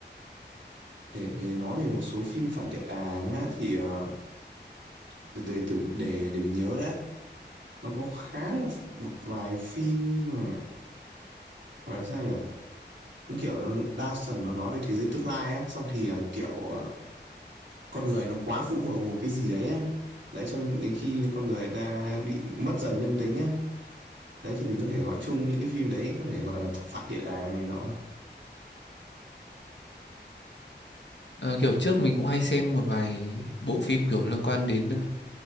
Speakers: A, on the right; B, on the left.
A: để, để nói về một số phim phản địa đàng á thì ờ, để để- từ để để mình nhớ đã nó có khá là một vài phim nhưng mà gọi là sao nhỉ nó kiểu nó đa phần nó nói về thế giới tương lai á xong thì ờ, kiểu ờ, con người nó quá phụ thuộc vào một cái gì đấy á đấy cho đến khi con người ta bị mất dần nhân tính á đấy thì mình có thể gọi chung những cái phim đấy có thể gọi là phản địa đàng này nọ
B: Ờ, kiểu trước mình cũng hay xem một vài bộ phim kiểu liên quan đến ờ,